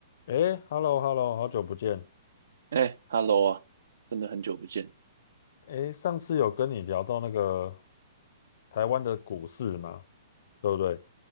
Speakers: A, on the left; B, on the right.
A: 诶 h e l l o h e l l o 好久不见。
B: 哎，Hello 啊，真的很久不见。
A: 诶，上次有跟你聊到那个台湾的股市嘛，对不对？